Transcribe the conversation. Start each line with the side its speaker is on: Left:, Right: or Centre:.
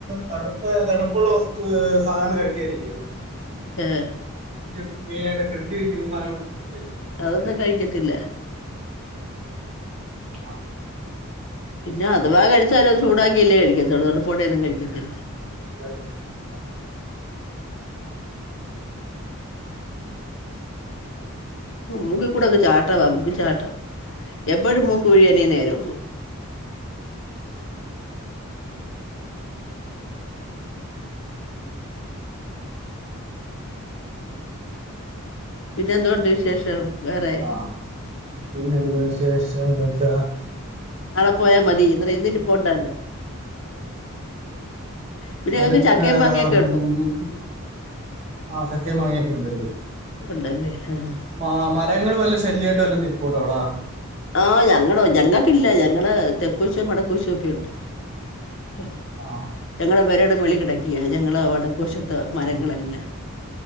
Right: തണുത്ത തണുപ്പുള്ള വസ്തു സാധനം കഴിക്കായിരിക്ക.
Left: ഹേ
Right: ഫ്രഡ്ജ് മെയിനായിട്ട് ഫ്രിഡ്ജ് വെക്കുന്ന സധങ്ങൾ കഴിയ
Left: അതൊന്നും കഴിക്കത്തില്ല.
Right: ആഹ്
Left: പിന്നെ അതവാ കഴിച്ചാലും അത് ചൂടാക്കിയല്ലേ കഴിക്കതൊള്ളൂ. തണുപ്പോടെന്നും കഴിക്കത്തില്ല.
Right: <unintelligible>
Left: മുക്ക്‌കൂട ക്കെ ചാട്ടവാ മൂക്ക് ചാട്ടം. എപ്പഴും മൂക്ക് കുഴിയാനെ നേരോള്ളൂ പിന്നെ എന്തൊണ്ട് വിശേഷം വേറെ
Right: ആഹ് പിന്നെ എന്തു വിശേഷം ന്ന് വെച്ച
Left: നളെ പോയാൽ മതി എന്നരം ഇന്ന് ഇനി പോകണ്ടല്ല പിന്നെ
Right: മരത്
Left: നിങ്ങക്ക് ചക്കയും
Right: ആഹ്
Left: മാങ്ങയൊക്കെ
Right: മ്
Left: ഉണ്ടോ
Right: മ് മ് ആഹ് ചക്കേ മാങ്ങേക്കൊണ്ട്
Left: ഒണ്ടല്ലേ ആഹ് ആഹ്
Right: മാ മരങ്ങള് വല്യ ശല്യായിട്ട് നിപ്പോണ്ട് അവിടാ
Left: ആഹ് ഞങ്ങളോ ഞങ്ങക്കില്ല ഞങ്ങള് തെക്കുവശോ വടക്കൂവശോക്കെ ഒണ്ട് ആഹ്
Right: ആഹ്
Left: ഞങ്ങട പേരെടം മേളി കിടക്കിയ ഞങ്ങള് വടക്കൂവശത്ത് മരങ്ങളെല്ലാം
Right: ഉം